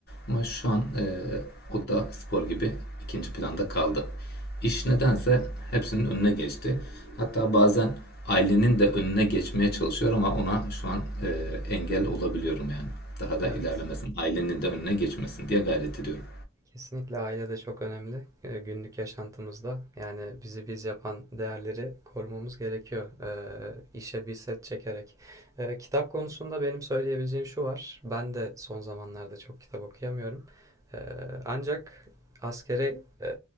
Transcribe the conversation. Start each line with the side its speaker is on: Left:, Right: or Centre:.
Left: Ama şu an e, o da spor gibi ikinci planda kaldı. İş nedense hepsinin önüne geçti. Hatta bazen ailenin de önüne geçmeye çalışıyor ama ona şu an e, engel olabiliyorum yani. Daha da
Right: Evet.
Left: ilerlemesin, ailenin de önüne geçmesin diye gayret ediyorum.
Right: Kesinlikle aile de çok önemli e, günlük yaşantımızda. Yani bizi biz yapan değerleri korumamız gerekiyor e, işe bir set çekerek. E, kitap konusunda benim söyleyebileceğim şu var. Ben de son zamanlarda çok kitap okuyamıyorum. E, ancak askere e,